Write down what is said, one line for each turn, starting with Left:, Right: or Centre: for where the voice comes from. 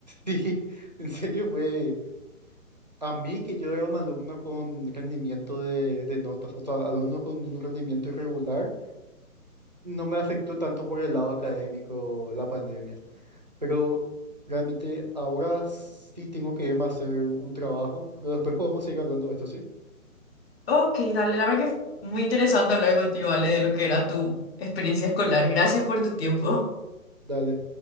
Right: Sí, en serio fue a mí que yo era un alumno con rendimiento de, de notas, o sea, alumno con un rendimiento irregular, no me afectó tanto por el lado académico la pandemia. Pero realmente ahora sí tengo que irme a hacer un trabajo, pero después podemos seguir hablando de esto, ¿sí?
Left: Ok, dale, la verdad que es muy interesante hablar contigo, Ale, de lo que era tu experiencia escolar. Gracias por tu tiempo.
Right: Dale.